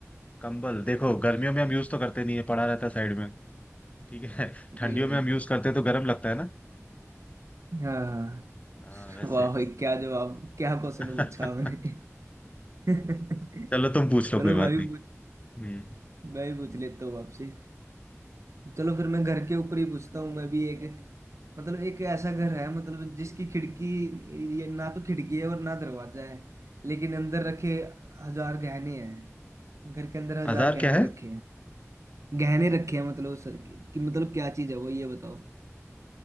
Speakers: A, on the left; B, on the right.
A: कंबल देखो गर्मियों में हम यूज तो करते नहीं है पड़ा रहता है साइड में ठीक है <laughs> ठंडियों
B: बिल्कुल
A: में हम यूज करते हैं तो गर्म लगता है ना
B: हाँ हाँ।
A: हाँ वैसे
B: वाह भाई क्या जवाब क्या क्वेश्चन
A: <laughs>
B: पूछा आपने <laughs>
A: चलो तुम पूछ लो
B: चलो
A: कोई बात
B: मैं भी
A: नहीं हम्म
B: मैं भी पूछ लेता हूँ आपसे चलो फिर मैं घर के ऊपर ही पूछता हूँ मैं भी एक मतलब एक ऐसा घर है मतलब जिसकी खिड़की ये ना तो खिड़की है और ना दरवाजा है लेकिन अंदर रखे हजार गहने हैं घर के अंदर हजार
A: हजार
B: गहने
A: क्या है
B: रखे हैं गहने रखे हैं मतलब उस कि मतलब क्या चीज है वो ये बताओ